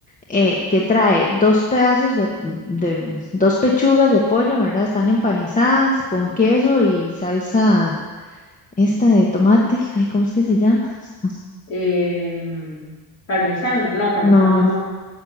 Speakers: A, on the left (about 20°); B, on the left (about 35°).
A: eh, que trae dos pedazos de, de dos pechugas de pollo, ¿verdad? Están empanizadas con queso y salsa Esta de tomate, ay, ¿cómo es que se llama? <laughs>
B: Em, parmesano, no, parmesano
A: No,
B: no.